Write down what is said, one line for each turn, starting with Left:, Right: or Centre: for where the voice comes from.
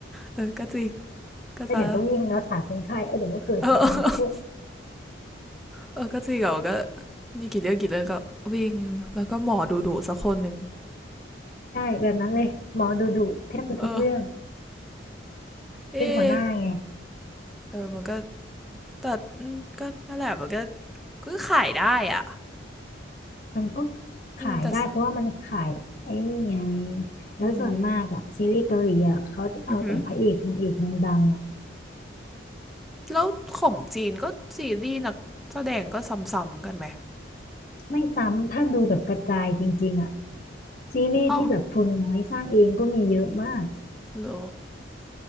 Centre: เออก็จริงก็จะ
Left: เออเดี๋ยวก็วิ่งรักษาคนไข้เออเดี๋ยวก็เกิดเหตุน้ำเชื่อม
Centre: เออเออก็จริงเหมอก็นี่กี่เรื่องกี่เรื่องก็วิ่งแล้วก็หมอดูดูสักคนหนึ่ง
Left: ใช่แบบนั้นเลยหมอดูดุแทบจะทุกเรื่อง
Centre: เออเออ
Left: เป็นหัวหน้าไง
Centre: เออมันก็แต่มก็นั่นแหละมันก็ก็ขายได้อ่ะ
Left: มันก็ขายได้เพราะว่ามันขายไอ้นี่ไง
Centre: แต่
Left: แล้วส่วนมากอะซีรีส์เกาหลีอะเขาจะเอาแต่พระเอกนางเอกดังๆอะ
Centre: อืมอือหือแล้วของจีนก็ซีรีส์นักแสดงก็ซ้ำๆกันไหม
Left: ไม่ซ้ำถ้าดูแบบกระจายจริงๆอะซีรีส์ที่แบบทุนน้อยสร้างเองก็มีเยอะมาก
Centre: อ้าวอ